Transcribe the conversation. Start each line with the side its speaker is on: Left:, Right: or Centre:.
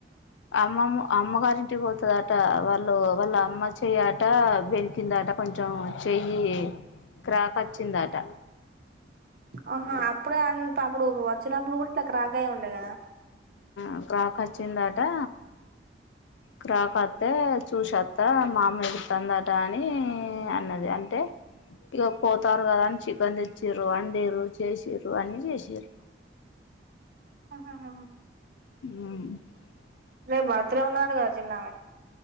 Left: అమ్మమ్ అమ్మ గారింటికి పోతాదంట వాళ్ళు వాళ్ళ అమ్మ చెయ్యట బెణికింది అంట అట కొంచం చెయ్యి క్రాక్ వచ్చిందాట
Right: ఆహా అప్పుడే అంత అప్పుడు వచ్చినప్పుడు కూడా ఇట్లా క్రాక్ అయ్యి ఉండే కదా
Left: ఉ క్రాక్ వచ్చిందటా క్రాక్ వత్తే చూసోత్త మా అమ్మ ఎడుతుందట అని అన్నది అంటే ఇక పోతారు కదా అని చికెన్ తెచ్చిర్రు వండిర్రు చేసిర్రు అన్ని చేసిర్రు
Right: ఆహాహాహా
Left: ఉ
Right: రేపు బర్త్డే ఉన్నది అట కదా చిన్నమే